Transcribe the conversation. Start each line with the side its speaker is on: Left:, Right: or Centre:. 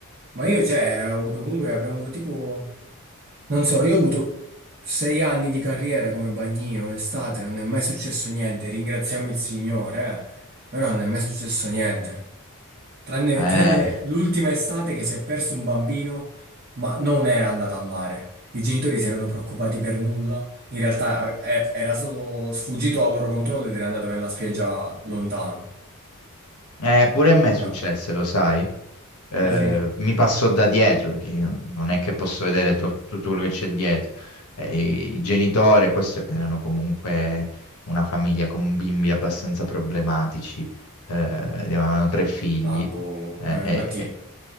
Right: ma io, cioè, ho avuto comunque, abbiamo avuto tipo, non so, io ho avuto sei anni di carriera come bagnino, estate, non è mai successo niente, ringraziamo il Signore, eh, però non è mai successo niente. Tranne,
Left: Eh.
Right: tranne l'ultima estate che si è perso un bambino, ma non era andato a mare. I genitori si erano preoccupati per nulla. In realtà eh, eh, era solo sfuggito al loro controllo ed era andato nella spiaggia lontano.
Left: Eh, pure a me successe,
Right: Ah,
Left: lo sai. Eh,
Right: ah sì?
Left: mi passò da dietro, che io non è che posso vedere to- tutto quello che c'è dietro. Eh, i, i genitori, questi erano comunque una famiglia con bimbi abbastanza problematici. Eh, avevano tre figli.
Right: Ah, boh.
Left: Eh,
Right: ma Infatti
Left: eh,